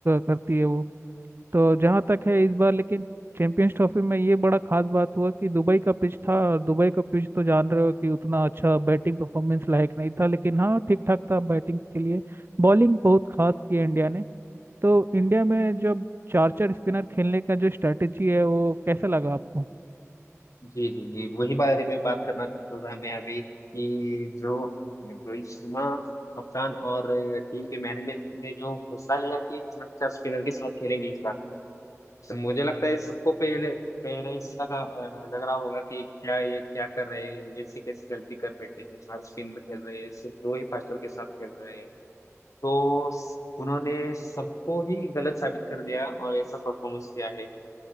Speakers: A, on the right; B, on the left.
A: करती है वो तो जहाँ तक है इस बार लेकिन चैंपियंस ट्रॉफी में ये बड़ा खास बात हुआ कि दुबई का पिच था और दुबई का पिच तो जान रहे हो कि उतना अच्छा बैटिंग परफॉर्मेंस लायक नहीं था लेकिन हाँ ठीक ठाक था बैटिंग के लिए बॉलिंग बहुत खास की है इंडिया ने तो इंडिया में जब चार चार स्पिनर खेलने का जो स्ट्रेटेजी है वो कैसा लगा आपको
B: जी जी जी वही बारे में बात करना चाहता था मैं अभी कि जो रोहित शर्मा कप्तान और टीम के मैनेजमेंट ने जो फैसला लिया कि चार स्पिनर के साथ खेलेंगे इस बार तो मुझे लगता है सबको पहले पहले से लगा अ, लग रहा होगा कि क्या ये क्या कर रहे हैं ये से कैसी गलती कर बैठे हैं चार स्पिन पे खेल रहे हैं सिर्फ दो ही फास्टर के साथ खेल रहे हैं तो उन्होंने सबको ही गलत साबित कर दिया और ऐसा परफॉर्मेंस किया है